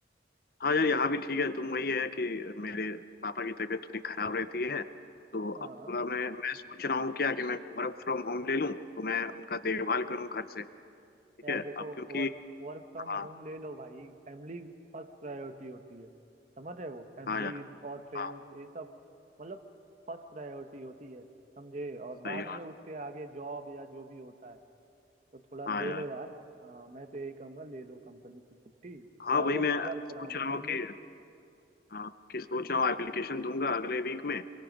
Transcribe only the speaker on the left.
हाँ यार यहाँ भी ठीक है तुम वही है कि मेरे पापा की तबीयत थोड़ी खराब रहती है तो
अब थोड़ा मैं मैं सोच रहा हूँ क्या कि मैं वर्क फ्रॉम होम ले लूँ तो मैं उनका देखभाल करूँ घर से ठीक
है
अब क्योंकि
हाँ
हाँ यार
हाँ
सही
बात
हाँ
यार
हाँ
वही
मैं
सोच
रहा
हूँ
कि
हाँ कि सोच रहा हूँ एप्लीकेशन दूंगा अगले वीक में